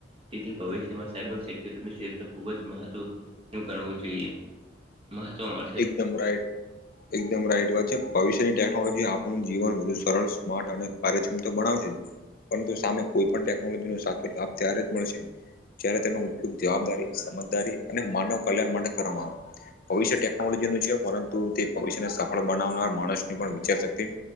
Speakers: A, on the right; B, on the left.
A: તેથી ભવિષ્યમાં સાયબર સિક્યુરિટીનું ક્ષેત્ર ખૂબ જ મહત્વનું ગણવું જોઈએ. મહત્વ મા
B: એકદમ રાઈટ એકદમ રાઈટ વાત છે ભવિષ્યની ટેકનોલોજી આપણું જીવન વધુ સરળ સ્માર્ટ અને કાર્યક્ષમ તો બનાવશે. પરંતુ સામે કોઈ પણ ટેકનોલોજી નો સાચો લાભ ત્યારે જ મળશે, જ્યારે તેનો ઉપ ઉપ જવાબદારી, સમજદારી અને માનવ કલ્યાણ માટે કરવામાં આવે ભવિષ્ય ટે <unintelligible> છે, પરંતુ તે ભવિષ્યને સફળ બનાવનાર માણસની પણ વિચાર શક્તિ